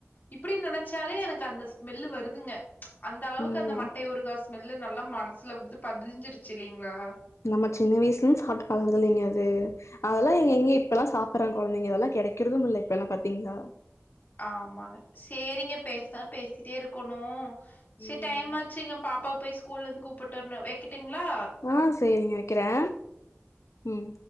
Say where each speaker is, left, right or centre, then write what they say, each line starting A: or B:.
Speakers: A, on the left; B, on the left.
A: இப்டின் நெனச்சாலே எனக்கு அந்த ஸ்மெல்லு வருதுங்க அந்த அளவுக்கு
B: ம்
A: அந்த மட்டை உறுகா ஸ்மெல்லு நல்லா மனசுல வந்து பதிஞ்சிருச்சு இல்லைங்ளா
B: நம்ம சின்ன வயசுலருந்து சாப்ட்டு பழங்குனதில்லைங்க அது அதெல்லா எங்கங்கெ இப்பெல்லா சாப்புட்றாங்க கொழந்தைங்க அதெல்லா கெடைக்கிறதும் இல்ல இப்பெல்லா பாத்தீங்ளா
A: ஆமாங்க சேரிங்க பேசுனா பேசிட்டே இருக்கணு சேரி
B: ம்
A: டைம்மாச்சுங்க பாப்பாவ போய் ஸ்கூலருந்து கூப்புட் ட்டு வர்ணு வெக்கட்டுங்ளா
B: ஆ சேரிங்க வைக்கிறே ம்